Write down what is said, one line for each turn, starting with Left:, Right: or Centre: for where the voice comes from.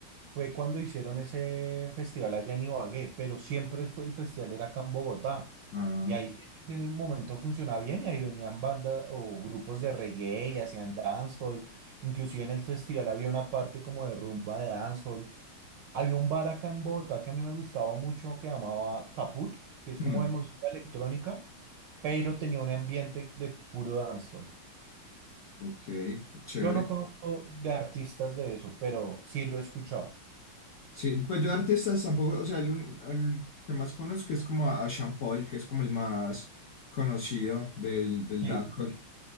Right: fue cuando hicieron ese festival allá en Ibagué, pero siempre fue el festival era acá en Bogotá.
Left: Ah,
Right: Y ahí en un momento funcionaba bien y ahí venían bandas o grupos de reggae y hacían dancehall. Inclusive en el festival había una parte como de rumba de dancehall. Había un bar acá en Bogotá que a mí me gustaba mucho que llamaba Caput, que es
Left: hmm.
Right: como de música electrónica, pero tenía un ambiente de puro dancehall.
Left: Ok, chévere.
Right: Yo no conozco de artistas de eso, pero sí lo he escuchado.
Left: Sí, pues yo de artistas tampoco, o sea, el, un- el que más conozco es como a, a Sean Paul, que es como el más conocido del, del
Right: Sí,
Left: dancehall,